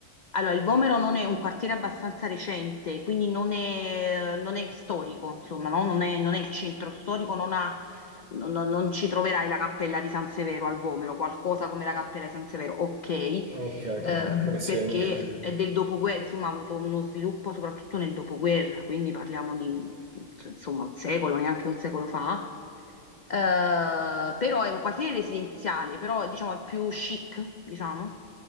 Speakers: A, on the left (about 55°); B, on the right (about 35°).
A: allora, il Vomero non è un quartiere abbastanza recente, quindi non è, non è storico, insomma, no? Non è, non è il centro storico, non ha, non non- non ci troverai la cappella di San Severo al Vomero, qualcosa come la cappella di San Severo, ok
B: Ok,
A: eh,
B: me lo segno.
A: perché è del dopoguerra, insomma, ha avuto uno sviluppo soprattutto nel dopoguerra, quindi parliamo di insomma un secolo, neanche un secolo fa. Eh, però è un quartiere residenziale, però diciamo è più chic, diciamo.